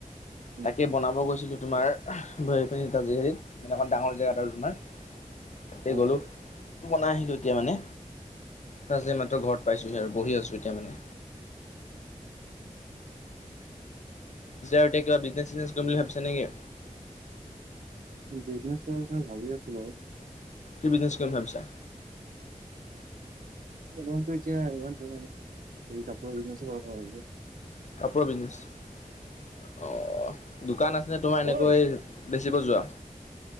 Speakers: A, on the right; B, on the left.
A: উম,
B: তাকে বনাব গৈছিলোঁ তোমাৰ আহ বহি পিনি হেৰি এনেকোৱা ডাঙৰ জেগা এটা আৰু তোমাৰ তাতে
A: অ,
B: গ'লোঁ বনাই আহিলো এতিয়া মানে তাৰ মাত্ৰ ঘৰত পাইছোহি আৰু বহি আছো এতিয়া মানে। যে আৰু তে কিবা বিজনেছ - চিজনেছ কৰিম বুলি ভাবিছে নেকি?
A: বিজনেছ কৰা কথা ভাবি আছো বাৰু।
B: কি বিজনেচ কৰিম ভাবিছা?
A: তোমাৰটো এতিয়া, <unintelligible> কিতাপৰ বিজনেচে কৰো বুলি ভাবিছোঁ।
B: কাপোৰৰ বিজনেছ, অঁ দোকান আছেনে তোমাৰ
A: ঐ
B: এনেকৈ? বেচিব যোৱা?